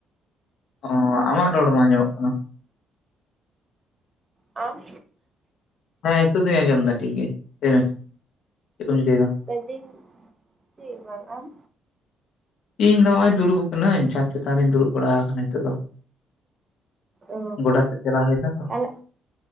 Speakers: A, on the left; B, on the right.
A: ᱚ ᱟᱢᱟᱜ ᱨᱚᱲ ᱵᱟᱝ ᱟᱸᱡᱚᱢᱚᱜ ᱠᱟᱱᱟ᱾
B: ᱟᱢ
A: ᱦᱮᱸ ᱱᱤᱛᱚᱜ ᱫᱩᱧ ᱟᱸᱡᱚᱢ ᱮᱟ ᱴᱷᱤᱠ ᱜᱮᱭᱟ ᱞᱟᱹᱭ ᱵᱤᱱ ᱪᱮᱫ ᱠᱚᱢ ᱪᱤᱠᱟᱹᱭᱮᱫᱟ,
B: ᱞᱮᱭᱫᱤᱧ ᱪᱮᱫ ᱵᱟᱝ ᱟᱢ
A: ᱤᱧ ᱫᱚ ᱱᱚᱜ ᱚᱭ ᱫᱩᱲᱩᱵ ᱟᱠᱟᱱᱟᱹᱧ ᱪᱫᱽ ᱪᱮᱛᱟᱱ ᱨᱤᱧ ᱫᱩᱲᱩᱵ ᱵᱟᱲᱟ ᱟᱠᱟᱱᱟ ᱱᱤᱛᱚᱜ ᱫᱚ,
B: ᱚ
A: ᱜᱚᱰᱟ ᱥᱮᱫ ᱪᱟᱞᱟᱣ ᱦᱩᱭ ᱞᱮᱱᱟ ᱛᱚ
B: ᱛᱟᱦᱚᱞᱮ